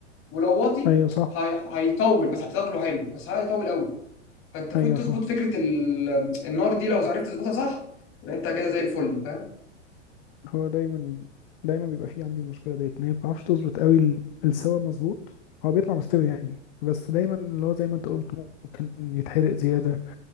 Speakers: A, on the left (about 35°); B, on the left (about 50°).
A: ولو واطي
B: ايوه صح
A: هي... هيطول بس هتاكله حلو بس هيطول قوي فانت فوت
B: ايوه
A: تظبط
B: صح
A: فكره ال... النار دي لو عرفت تظبطها صح يبقى انت كده زي الفل فاهم
B: هو دايما دايما بيبقى فيه عندي المشكلة ديت ان هي ما بتعرفش تظبط قوي ال- السوا مظبوط هو بيطلع مستوي يعني بس دايما اللي هو زي ما انت قلت ممكن يتحرق زيادة